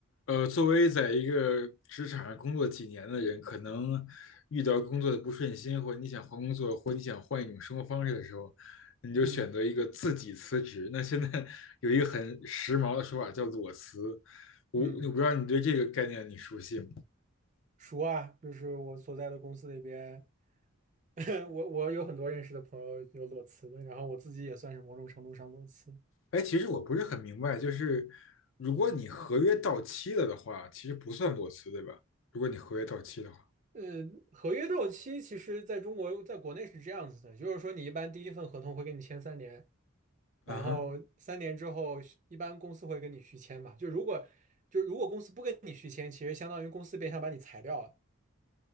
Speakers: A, on the left; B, on the right.
A: 呃，作为在一个职场上工作几年的人，可能遇到工作的不顺心，或者你想换工作，或者你想换一种生活方式的时候，你就选择一个自己辞职。
B: 嗯
A: 那现在 <laughs> 有一个很时髦的说法叫裸辞，我我不知道你对这个概念你熟悉吗？
B: 嗯，熟啊，就是我所在的公司里边，<laughs> 我我有很多认识的朋友有裸辞的，然后我自己也算是某种程度上裸辞。
A: 哎，其实我不是很明白，就是如果你合约到期了的话，其实不算裸辞，
B: 嗯，
A: 对吧？如果你合约到期的话，
B: 呃，合约到期其实在中国，在国内是这样子的，就是说你一般第一份合同会跟你签三年，然后三年之后一般公司会跟你续签嘛，
A: 嗯哼
B: 就如果就如果公司不跟你续签，其实相当于公司变相把你裁掉了